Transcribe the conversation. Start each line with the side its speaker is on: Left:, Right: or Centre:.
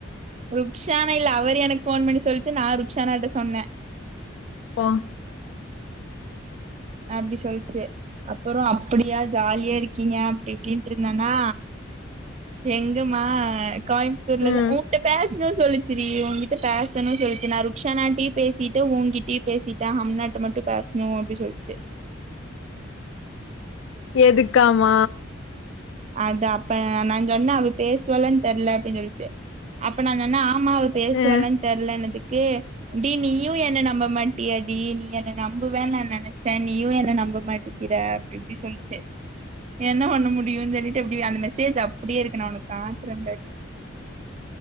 Right: ருக்ஷானா இல்ல அவரு எனக்கு போன் பண்ணி சொல்லிச்சு நான் ருக்ஷானாட்ட சொன்னே
Left: ஓம்
Right: அப்படி சொல்லிச்சு அப்புறம் அப்படியா ஜாலியா இருக்கீங்க அப்படி இப்படின்னுட்டு இருந்தேன்னா எங்கம்மா கோயம்பத்தூர்லதான்
Left: ம்
Right: உட்கிட்ட பேசணும் சொல்லிச்சுரி உன்கிட்ட பேசணும்னு சொல்லிச்சு நான் ருக்ஷா நாட்டையும் பேசிட்டு உன்கிட்டயும் பேசிட்டேன் ம நாட்ட மட்டும் பேசணும் அப்படினு சொல்லிச்சு
Left: எதுக்காம
Right: அது அப்ப நான் சொன்னேன் அவ பேசுவலனு தெரியல அப்படின்னு சொல்லிச்சு அப்ப நான் சொன்ன ஆமா அவ பேசுவாலனு
Left: ம்
Right: தெரியல எனதுக்கு டி நீயும் என்ன நம்ப மாட்டிய டி நீ என்ன நம்புவன்னு நான் நினைச்சேன் நீயும் என்ன நம்ப மாட்டிக்கிற அப்படி இப்படி சொல்லிச்சு என்ன பண்ண முடியும் டா எப்படி அந்த மஸ் சேஜ் அப்படியே இருக்க நான் உனக்கு காட்றே பார்